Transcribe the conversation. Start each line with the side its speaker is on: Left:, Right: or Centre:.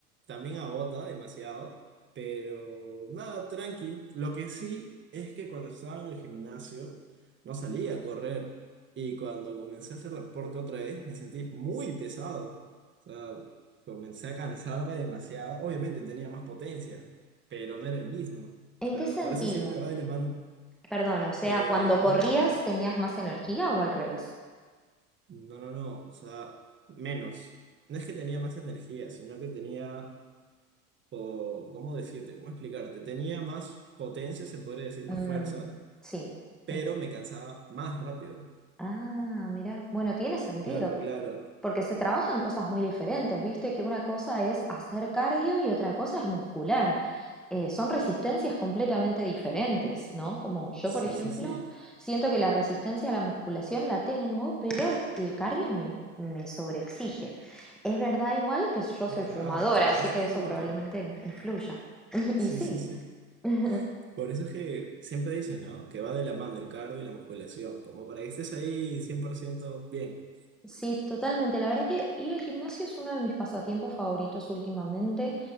Right: también agota demasiado, pero nada, tranqui. Lo que sí es que cuando estaba en el gimnasio no salía a correr y cuando comencé a hacer deporte otra vez me sentí muy pesado. O sea, comencé a cansarme demasiado. Obviamente tenía más potencia, pero no era el mismo. O
Centre: ¿En
Right: sea,
Centre: qué sentido?
Right: por eso siempre va de la mano.
Centre: Perdón, o sea,
Right: Eh,
Centre: cuando corrías tenías más energía o al revés.
Right: No, no, no, o sea, menos. No es que tenía más energía, sino que tenía, po- ¿cómo decirte? ¿Cómo explicarte? Tenía más potencia, se podría decir, más
Centre: Mm,
Right: fuerza,
Centre: sí,
Right: pero
Centre: entiendo.
Right: me cansaba más rápido.
Centre: Ah, mira, bueno, tiene sentido.
Right: Claro, claro.
Centre: Porque se trabajan cosas muy diferentes, viste que una cosa es hacer cardio y otra cosa es muscular. Eh, son resistencias completamente diferentes, ¿no? Como yo,
Right: Sí,
Centre: por ejemplo,
Right: sí, sí.
Centre: siento que la resistencia a la musculación la tengo, pero el cardio me, me sobreexige. Es verdad igual que yo
Right: Exacto.
Centre: soy fumadora,
Right: Por
Centre: así
Right: eso
Centre: que
Right: es
Centre: eso
Right: como
Centre: probablemente
Right: que...
Centre: influya. <laughs>
Right: Sí,
Centre: Y sí.
Right: sí, sí.
Centre: <laughs>
Right: Por eso es que siempre dicen, ¿no? Que va de la mano el cardio y la musculación, como para que estés ahí 100% bien.
Centre: Sí, totalmente. La verdad que ir al gimnasio es uno de mis pasatiempos favoritos últimamente.